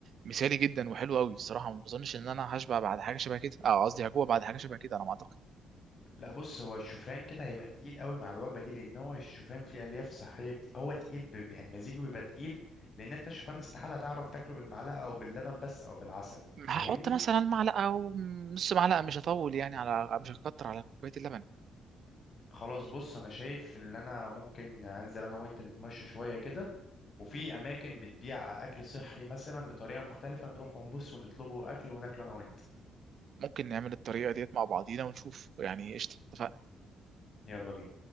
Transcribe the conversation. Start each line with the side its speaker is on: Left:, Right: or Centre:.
Right: مثالي جدا وحلو قوي الصراحه ما بظنش ان انا هشبع بعد حاجه شبه كده اه قصدي هجوع بعد حاجه شبه كده انا ما اعتقد
Left: لا بص هو الشوفان كده هيبقى تقيل قوي مع الوجبه دي لان هو الشوفان فيه الياف صحيه كتير هو تقيل ب... يعني مزيجه بيبقى تقيل لان انت الشوفان استحاله تعرف تاكله بالمعلقه او باللبن بس او بالعسل فاهمني
Right: هحط مثلا معلقه او نص معلقه مش هطول يعني على مش هكتر على كوبايه اللبن
Left: خلاص بص انا شايف ان انا ممكن انزل انا وانت نتمشى شويه كده وفي اماكن بتبيع اكل صحي مثلا بطريقه مختلفه نروح ونبص ونطلبه اكل وناكله انا وانت
Right: ممكن نعمل الطريقه ديت مع بعضينا ونشوف يعني قشطه اتفقنا
Left: يلا بينا